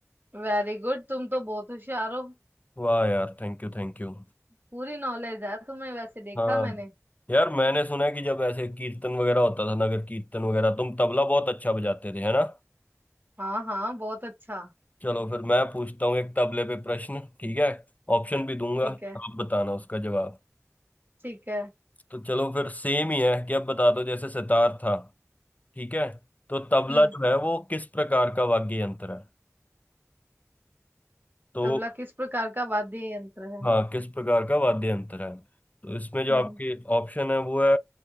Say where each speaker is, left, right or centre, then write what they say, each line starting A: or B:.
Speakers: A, on the right; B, on the left.
A: वेरी गुड तुम तो बहुत होशियार हो
B: वाह यार थैंक यू थैंक यू
A: पूरी नॉलेज है तुम्हें वैसे देखा
B: हाँ
A: मैंने
B: यार मैंने सुना है कि जब ऐसे कीर्तन वगैरह होता था नगर कीर्तन वगैरह तुम तबला बहुत अच्छा बजाते थे है ना
A: हाँ हाँ बहुत अच्छा
B: चलो फिर मैं पूछता हूँ एक तबले पे प्रश्न ठीक है ऑप्शन भी दूंगा
A: ठीक है
B: आप बताना उसका जवाब
A: ठीक है
B: तो चलो फिर सेम ही है कि अब बता दो जैसे सितार था ठीक है तो तबला
A: हम्म
B: जो है वो किस प्रकार का वाद्य यंत्र है तो
A: तबला किस प्रकार का वाद्य यंत्र है
B: हाँ किस प्रकार का वाद्य यंत्र है तो इसमें जो
A: हम्म
B: आपके ऑप्शन है वो है